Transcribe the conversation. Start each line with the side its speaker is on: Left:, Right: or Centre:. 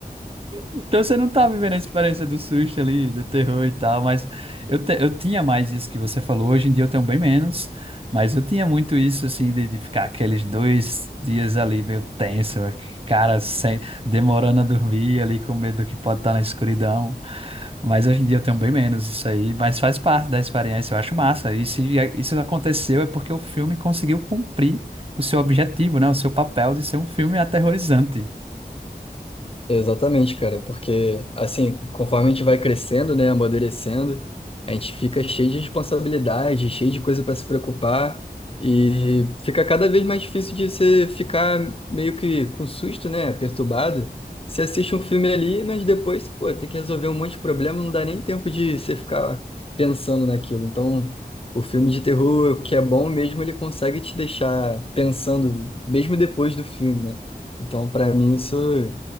Right: Então você não tá vivendo a experiência do susto ali, do terror e tal, mas eu, te- eu tinha mais isso que você falou, hoje em dia eu tenho bem menos, mas eu tinha muito isso assim de, de ficar aqueles dois dias ali meio tenso, cara, sem, demorando a dormir ali com medo do que pode estar na escuridão. Mas hoje em dia eu tenho bem menos isso aí, mas faz parte da experiência, eu acho massa. E se a- isso aconteceu é porque o filme conseguiu cumprir o seu objetivo, né? O seu papel de ser um filme aterrorizante.
Left: Exatamente, cara, porque assim, conforme a gente vai crescendo, né, amadurecendo, a gente fica cheio de responsabilidade, cheio de coisa para se preocupar e fica cada vez mais difícil de você ficar meio que com susto, né, perturbado. Você assiste um filme ali, mas depois, pô, tem que resolver um monte de problema, não dá nem tempo de você ficar pensando naquilo. Então, o filme de terror, que é bom mesmo, ele consegue te deixar pensando mesmo depois do filme, né? Então, para mim, isso.